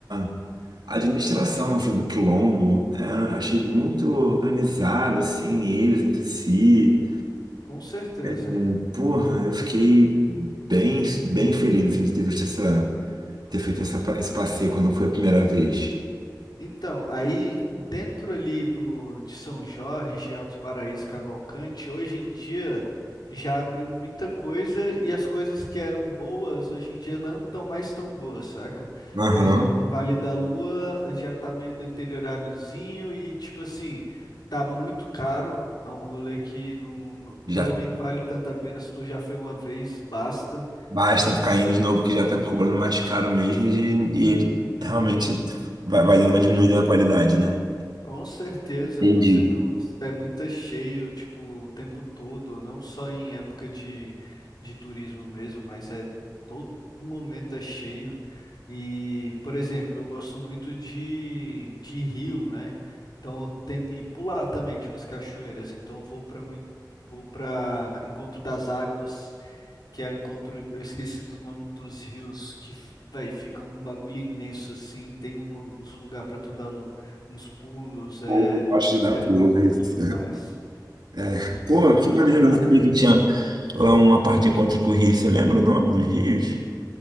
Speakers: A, on the right; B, on the left.
A: a a administração, assim, do Quilombo. É, achei muito organizado, assim, eles entre si.
B: Com certeza.
A: É, Porra, eu fiquei bem, bem feliz assim, de ter visto essa, ter feito essa, pa- esse passeio quando foi a primeira vez.
B: Então, aí dentro ali do, de São Jorge, Alto Paraíso, Cavalcante, hoje em dia já abriu muita coisa e as coisas que eram boas hoje em dia não estão mais tão boas, saca?
A: Aham.
B: Por exemplo, o Vale da Lua já tá meio deterioradozinho e tipo assim, tá muito caro. É um rolê que não, não,
A: Já
B: para mim não vale tanto a pena se tu já foi uma vez, basta.
A: basta ficar indo de novo, porque já tá cobrando mais caro mesmo e, e ele realmente vai, vai dando uma diminuída na qualidade, né?
B: Com certeza,
A: Entendi.
B: pô, você não é muito cheio, tipo, o tempo todo, não só em época de, de turismo mesmo, mas é todo momento é cheio. E, por exemplo, eu gosto muito de, de rio, né? Então eu tento e pular também de umas cachoeiras, então eu vou para muito vou para Encontro das Águas que é o encontro, eu esqueci do nome dos rios, que, f- véi, fica um bagulho imenso, assim, tem um- uns lugar pra tu dar o- uns pulos, é,
A: Pô, eu gosto de dar
B: é
A: pulo.
B: muito
A: é isso.
B: massa,
A: É. Pô,
B: é
A: que
B: muito
A: maneiro,
B: da
A: eu
B: hora.
A: não sabia que tinha lá uma parte de encontro com o Rio. Você lembra o nome dos rios?